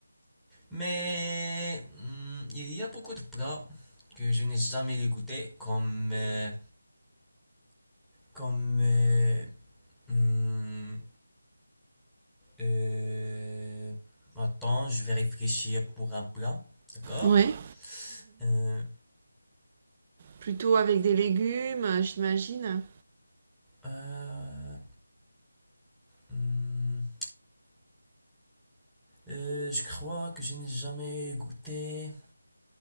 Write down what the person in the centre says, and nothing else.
Mais hum, il y a beaucoup de plats que je n'ai jamais goûté, comme, euh, comme euh, hum, Euh, attends, je vais réfléchir pour un plat. D'accord?
Euh,
euh, hmm, euh, je crois que je n'ai jamais goûté